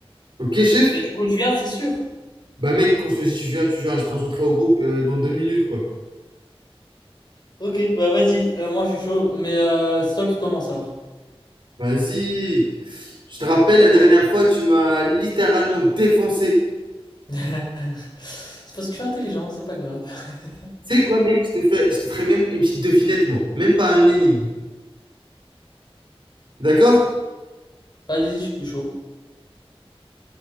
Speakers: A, on the right (about 55°); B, on the left (about 45°).
A: Ok, chef?
B: Mais du coup, je viens, c'est sûr.
A: Bah mec, quand je te dis tu viens, tu viens, je te rajouterai au groupe euh, dans deux minutes quoi.
B: Ok, bah vas-y. Euh, moi, je suis chaud. Mais euh, c'est toi qui commence alors.
A: Vas-y. Je te rappelle, la dernière fois, tu m'as littéralement défoncé.
B: <laughs> C'est parce que je suis intelligent, c'est pas grave. <laughs>
A: Tu sais quoi mec, je te fais, je te ferai même une petite devinette moi, même pas une énigme. D'accord?
B: Vas-y, je suis chaud.